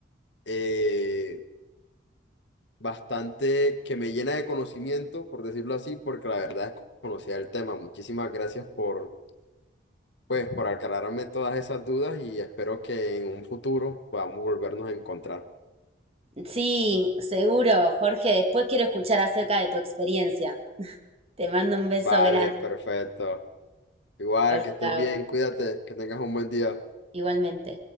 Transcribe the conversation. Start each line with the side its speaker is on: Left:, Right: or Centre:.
Left: eh, bastante que me llena de conocimiento, por decirlo así, porque la verdad es que conocía el tema. Muchísimas gracias por Pues por aclararme todas esas dudas y espero que en un futuro podamos volvernos a encontrar.
Right: Sí, seguro, Jorge. Después quiero escuchar acerca de tu experiencia. Te mando un beso
Left: Vale,
Right: grande.
Left: perfecto. Igual,
Right: Chau,
Left: que estés
Right: chau.
Left: bien, cuídate, que tengas un buen día.
Right: Igualmente.